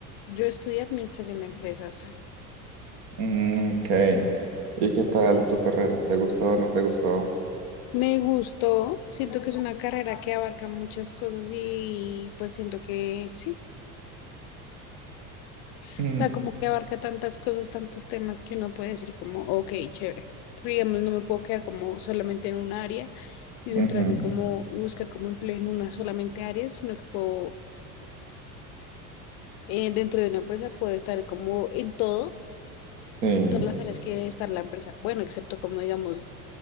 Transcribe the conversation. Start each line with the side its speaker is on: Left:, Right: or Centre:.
Left: Yo estudié administración de empresas.
Right: Mm, ok. ¿Y qué tal tu carrera? ¿Te gustó o no te gustó?
Left: Me gustó. Siento que es una carrera que abarca muchas cosas y pues siento que sí. O
Right: Mm,
Left: sea, como que abarca tantas cosas, tantos temas que uno puede decir como, ok, chévere. Pero digamos, no me puedo quedar como solamente en un área y centrarme
Right: ujú,
Left: como y buscar como empleo en una solamente área, sino que puedo, eh, dentro de una empresa puedo estar como en todo,
Right: Sí.
Left: en todas las áreas que debe estar la empresa. Bueno, excepto como digamos